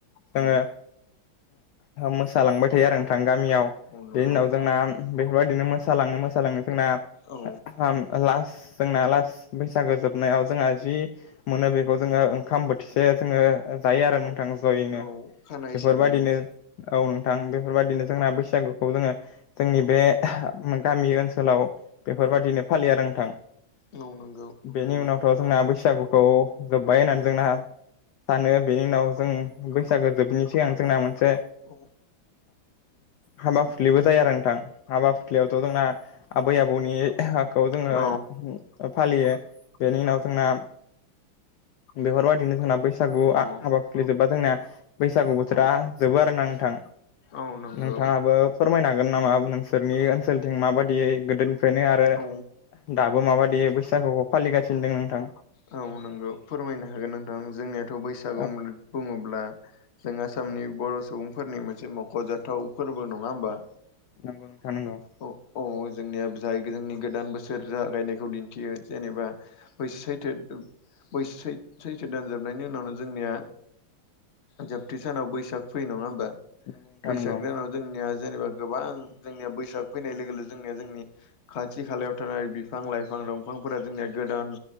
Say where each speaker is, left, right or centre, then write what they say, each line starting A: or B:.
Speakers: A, on the left; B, on the left.
A: जोङो
B: औ
A: मोसालांबाय थायो आरो नोंथां गामियाव
B: औ नंगौ
A: बेनि उनाव जोंना बेफोरबायदिनो मोसालाङो मोसालाङो जोंना
B: औ
A: खाम लास्ट जोंना लास्ट बैसागो जोबनायाव जोंहा जि मोनो बेखौ जोङो ओंखाम बोथिसे जोङो जायो आरो
B: औ
A: नोंथां जयैनो
B: औ खाना
A: बेफोरबायदिनो
B: हिसाबै औ
A: औ नोंथां बेफोरबायदिनो जोंना बैसागुखौ जोङो जोंनि बे गामि ओनसोलाव बेफोरबादिनो फालियो आरो नोंथां
B: औ नों
A: बेनि उनावथ' जोंना बैसागुखौ जोब्बाय होननानै जोंना सानो बेनि उनाव जों
B: औ
A: बैसागो जोबिनि सिगां जोंना मोनसे
B: औ
A: हाबा फुथलिबो जाया आरो नोंथां हाबा फुथलियावथ' जोंना आबै आबौनिखौ जोङो
B: औ
A: फालियो बेनि उनाव जोंना बेफोरबायादिनो जोंना बैसा सागुआ
B: औ
A: हाबाफुथलि जोबबा जोंना बैसागु बोथोरा
B: औ
A: जोबो आरो ना नोंथां
B: औ नंगौ
A: नोंथाङाबो फोरमायनो हागोन नामा नोंसोरनि ओनसोलथिं माबायदि गोदोनिफ्रायनो आरो
B: औ
A: दाबो माबायदि बैसागुखौ फालिगासिनो दं नोंथां
B: औ नोंगौ फोरमायनो हागोन नोंथां जोंनियाथ' बैसागु
A: औ
B: बुङोब्ला जों आसामनि बर' सुबुंफोरनि मो से मख'जाथाव फोरबो नङा होमबा
A: नंगौ नोंथां नंगौ।
B: औ अव जोंनिया जाय जोंनि गोदान बोसोर जागायनायखौ दिन्थियो जेनेबा बैस-सैथो बैस-सैथो दानजोबनायनि उनावनो जोंनिया जोबथे सानाव बैसाग फैयो नङा होमबा
A: नंगौ नोंथां
B: बैसाग
A: नंगौ
B: दानाव जोंनिया जेनेबा गोबां जोंनिया बैसाग फैनाय लोगो लोगो जोंनिया जोंनि। खाथि खालायाव थानाय बिफां लाइफां दंफांफोरा जोंनिया गोदान।